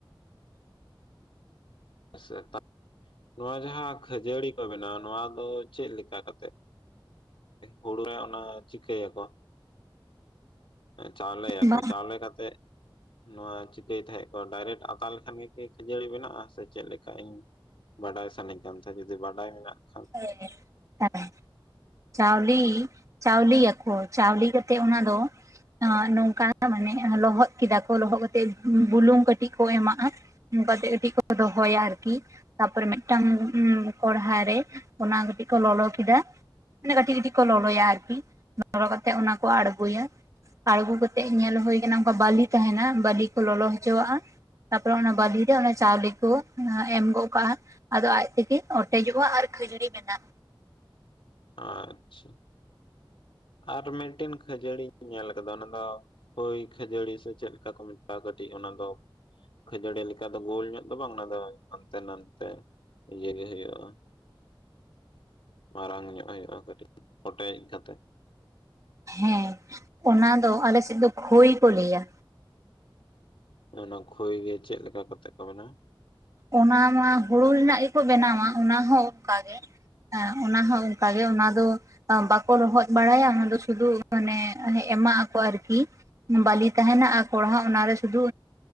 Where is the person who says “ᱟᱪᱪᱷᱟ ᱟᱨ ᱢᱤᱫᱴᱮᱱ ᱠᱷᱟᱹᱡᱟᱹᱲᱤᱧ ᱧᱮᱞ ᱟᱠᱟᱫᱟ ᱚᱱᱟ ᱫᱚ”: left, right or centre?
Left